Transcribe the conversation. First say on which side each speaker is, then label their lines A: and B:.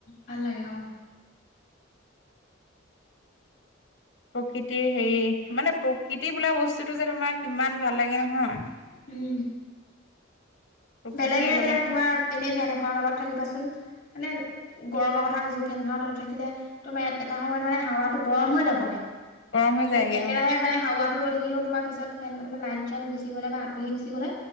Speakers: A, on the left; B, on the left.
A: ভাল লাগে অ
B: প্ৰকৃতিৰ হেৰি মানে প্ৰকৃতি বোলা বস্তুটো যে তোমাৰ কিমান ভাল লাগে নহয়।
A: উ'ম।
B: প্ৰকৃতিৰ
A: বেলেগে এতিয়া
B: লগত
A: তোমাৰ এনেই ফেন এখন তলত থাকিবাচোন। মানে গৰমৰ কথা কৈছো, ফেনখননৰ তলত থাকিলে তো মে এটা সময়ত মানে হাৱাটো গৰম হৈ যাবগে।
B: গৰম হৈ
A: আকৌ
B: যায়গে
A: একেৰাহে
B: অ
A: মানে হাৱাটো ৰৈ থাকি। তোমাৰ পিছত ফেন মানে, লাইন চাইন গুচি গলে বা আঁৰি গুচি গ'লে।